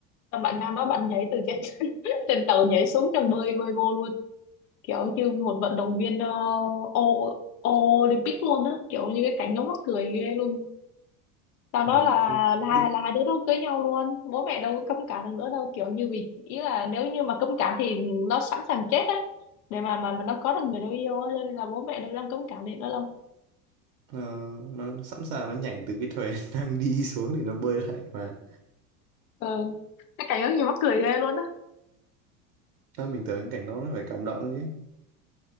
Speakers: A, on the left; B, on the right.
A: xong bạn nam đó bạn nhảy từ trên <laughs> trên tàu nhảy xuống trong bơi bơi vô luôn kiểu như một vận động viên uh, Olympic luôn á kiểu như cái cảnh nó mắc cười ghê luôn tao nói
B: ừ,
A: là
B: không
A: là hai
B: lúc
A: là hai đứa nó cưới nhau luôn bố mẹ đâu có cấm cản được nữa đâu kiểu như vì ý là nếu như mà cấm cản thì nó sẵn sàng chết á để mà mà mà nó có được người nó yêu á cho nên là bố mẹ đâu đang cấm cản được nữa đâu
B: ờ, nó sẵn sàng nó nhảy từ cái thuyền <laughs> đang đi xuống thì nó bơi lại mà.
A: ừ cái cảnh đó gì mắc cười ghê luôn á
B: Đó, mình tưởng cái cảnh đó nó phải cảm động chứ.